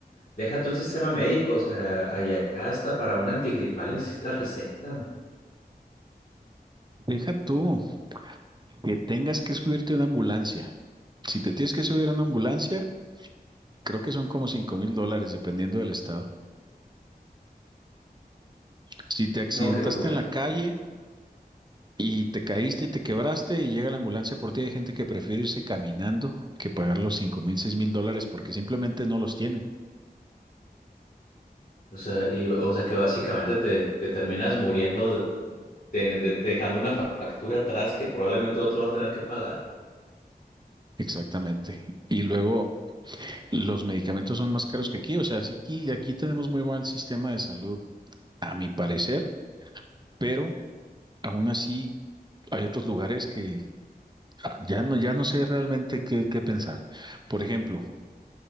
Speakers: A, on the left; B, on the right.
A: deja tú el sistema médico. O sea, allá hasta para un antigripal necesitas receta, man.
B: Deja tú que tengas que subirte a una ambulancia. Si te tienes que subir a una ambulancia, creo que son como cinco mil dólares dependiendo del estado. Si te accidentaste
A: No, qué locura.
B: en la calle, y te caíste y te quebraste y llega la ambulancia por ti. Hay gente que prefiere irse caminando que pagar los cinco mil, seis mil dólares porque simplemente no los tienen.
A: O sea, y, o sea que básicamente te, te terminas muriendo de- de- de- dejando una fa- factura atrás que probablemente otro va a tener que pagar.
B: Exactamente. Y luego los medicamentos son más caros que aquí. O sea, sí que aquí tenemos muy mal sistema de salud, a mi parecer, pero aún así hay otros lugares que ah, ya no, ya no sé realmente qué, qué pensar. Por ejemplo,